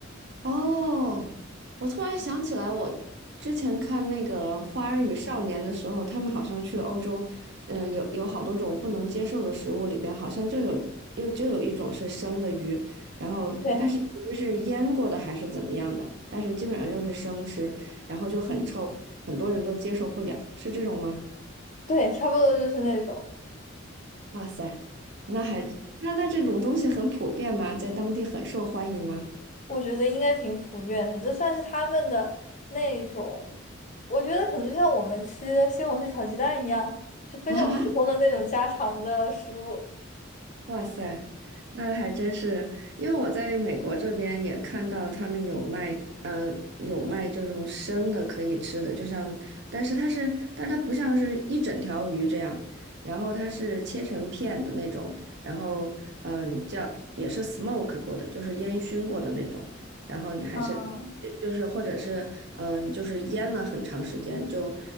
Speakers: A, on the right; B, on the left.
A: 哦，我突然想起来，我之前看那个《花儿与少年》的时候，他们好像去欧洲，嗯，有有好多种不能接受的食物，里边好像就有又就有一种是生的鱼，然后但是其实是腌过的还是怎么样的，
B: 对
A: 但是基本上就是生吃，然后就很臭，
B: 嗯，
A: 很多人都接受不了，是这种吗？
B: 对，差不多就是那种，
A: 哇塞，那还那那这种东西很普遍吗？在当地很受欢迎吗？
B: 我觉得应该挺普遍的，这算是他们的那种，我觉得可能就像我们吃西红柿炒鸡蛋一样，就非常普通的那种家常的食物。
A: <laughs> 哈哈。哇塞，那还真是，因为我在美国这边也看到他们有卖，呃，有卖这种生的可以吃的，就像，但是它是，但它不像是一整条鱼这样，然后它是切成片的那种，然后，嗯、叫也是 smoke 过的，就是烟熏过的那种，然后你还是，
B: 嗯
A: 就是或者是，嗯、就是腌了很长时间，就